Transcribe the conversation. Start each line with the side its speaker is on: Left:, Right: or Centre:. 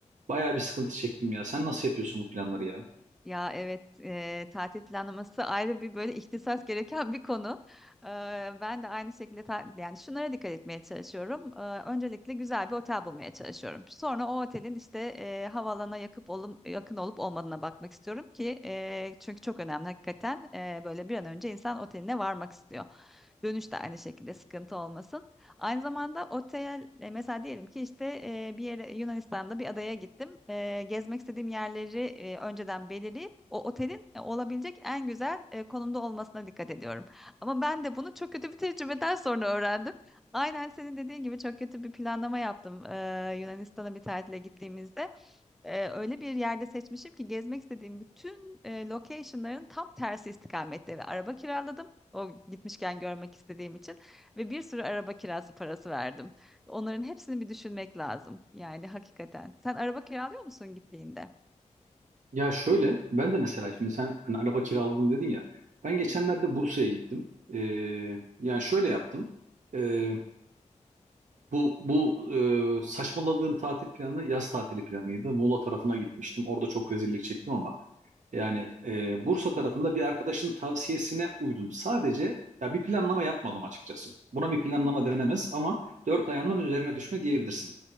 Right: Bayağı bir sıkıntı çektim ya. Sen nasıl yapıyorsun bu planları ya?
Centre: Ya evet eee, tatil planlaması ayrı bir böyle ihtisas gereken bir konu. Eee, ben de aynı şekilde ta- yani şunlara dikkat etmeye çalışıyorum. Eee, öncelikle güzel bir otel bulmaya çalışıyorum. Sonra o otelin işte eee havalana yakıp olum, yakın olup olmadığına bakmak istiyorum ki eee, çünkü çok önemli hakikaten Eee, böyle bir an önce insan oteline varmak istiyor. Dönüş de aynı şekilde sıkıntı olmasın. Aynı zamanda otel e, mesela diyelim ki işte e, bir yere Yunanistan'da bir adaya gittim. E, gezmek istediğim yerleri e, önceden belirleyip o otelin e, olabilecek en güzel e, konumda olmasına dikkat ediyorum. Ama ben de bunu çok kötü bir tecrübeden sonra öğrendim. Aynen senin dediğin gibi çok kötü bir planlama yaptım e, Yunanistan'a bir tatile gittiğimizde e, öyle bir yerde seçmişim ki gezmek istediğim bütün e, location'ların tam tersi istikamette ve araba kiraladım. O gitmişken görmek istediğim için ve bir sürü araba kirası parası verdim. Onların hepsini bir düşünmek lazım. Yani hakikaten. Sen araba kiralıyor musun gittiğinde?
Right: Ya şöyle, ben de mesela şimdi sen hani araba kiraladım dedin ya. Ben geçenlerde Bursa'ya gittim. Ee, yani şöyle yaptım. Ee, Bu bu e, saçmaladığım tatil planı yaz tatili planıydı. Muğla tarafına gitmiştim. Orada çok rezillik çektim ama yani e, Bursa tarafında bir arkadaşın tavsiyesine uydum. Sadece ya bir planlama yapmadım açıkçası. Buna bir planlama denemez ama dört ayağının üzerine düşme diyebilirsin.